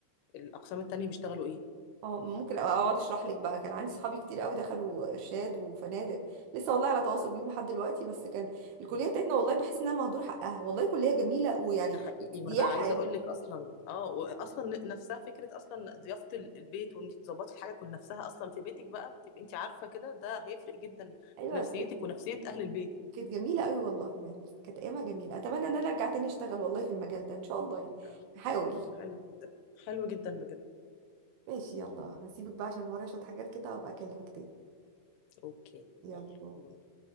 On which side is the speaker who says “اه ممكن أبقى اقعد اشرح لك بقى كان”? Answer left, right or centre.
Right